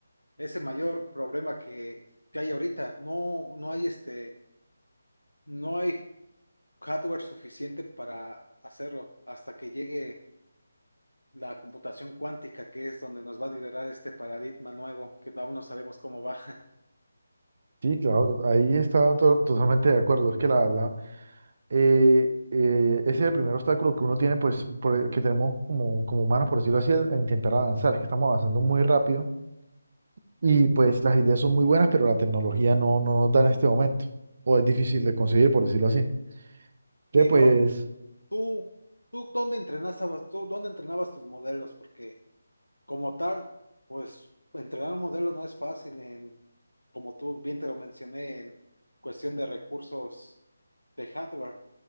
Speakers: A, on the left; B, on the right.
A: es el mayor problema que, que hay ahorita. No, no hay este, no hay hardware suficiente para hacerlo hasta que llegue la computación cuántica, que es donde nos va a liberar este paradigma nuevo, que aún no sabemos cómo va. <laughs>
B: Sí, claro, ahí está to- totalmente de acuerdo, es que la verdad eh, eh, ese es el primer obstáculo que uno tiene, pues, por el que tenemos como, como humanos, por decirlo así, a a intentar avanzar. Es que estamos avanzando muy rápido y pues las ideas son muy buenas, pero la tecnología no, no nos da en este momento. O es difícil de conseguir, por decirlo así. Entonces,
A: Y
B: pues,
A: bro, tú, tú, ¿dónde entrenabas, tú, dónde entrenabas tus modelos? Porque Como tal, pues entrenar un modelo no es fácil en, como tú bien te lo mencioné, en cuestión de recursos de hardware.